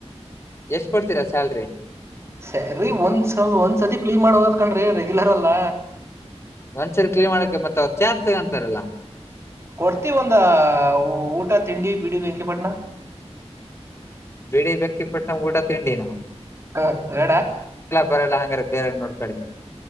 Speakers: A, on the left; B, on the right.
A: ಎಷ್ಟ್ ಕೊಡ್ತೀರಾ ಸ್ಯಾಲ್ರಿ
B: ಸ ಒಂದ ಒಂದ್ ಸತಿ ಕ್ಲೀನ್ ಮಾಡ ಕನ್ ರೆಗ್ಯುಲರ್ ಅಲ್ಲ
A: ಒಂದ್ಸರಿ ಕ್ಲೀನ್ ಮಾಡಕೆ ಮತ್ತೆ ಅವ್ರ ಚಾರ್ಜ ತಗೊಂತಾರಲ್ಲ
B: ಕೊಡ್ತಿೀವಿ ಒಂದ ಊಟ ತಿಂಡಿ ಬಿಡಿ ಬೆಂಕಿಪಟ್ಣ
A: ಬಿಡಿ ವ್ಯಕ್ಕಿಪಟ್ಟಣ ಊಟ ತಿಂಡಿನ
B: ಹ ೇಡಾ
A: ಬರಲ್ಲ ಹಾಗಂಗ್ರೆ ಬೇರೆ ನೋಡ್ಕಿ